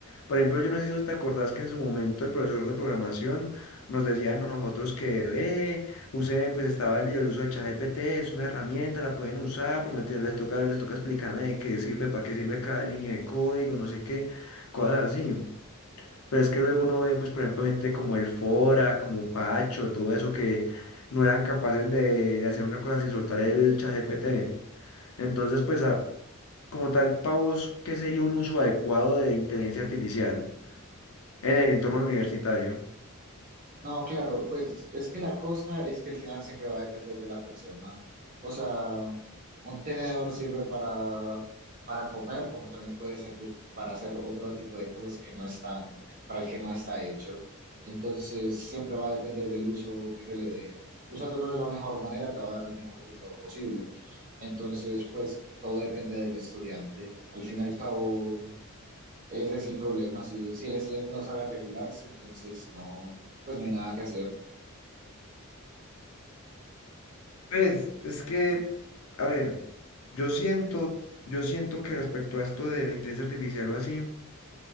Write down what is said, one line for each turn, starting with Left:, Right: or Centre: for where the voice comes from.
Left: por ejemplo, yo no sé si vos te acordás que en su momento el profesor de programación nos decía a nosotros que, ve, use, pues estaba el el uso de ChatGPT, es una herramienta, la pueden usar, prometer, les toca, les toca explicarme de qué sirve, para qué sirve cada línea de código, no sé qué, cosas así. Pero es que luego uno ve, pues, por ejemplo, gente como el Fora, como Pacho, todo eso que no eran capaces de, de hacer una cosa sin soltar el ChatGPT. Entonces, pues, a- como tal, para vos, ¿qué sería un uso adecuado de inteligencia artificial en el entorno universitario?
Right: No, claro, pues es que la cosa es que el final siempre va a depender de la persona. O sea, un tenedor sirve para, para comer, como también puede servir para hacer otro tipo de cosas que no están, para el que no está hecho. Entonces, siempre va a depender del uso que se le dé. Usándolo de la mejor manera te va a dar el mejor resultado posible. Entonces, pues todo depende del estudiante. Al fin y al cabo, ese es el problema, si, si el estudiante no sabe regularse, entonces no, pues no hay nada que hacer.
Left: Pues es que, a ver, yo siento, yo siento que respecto a esto de la inteligencia artificial o así,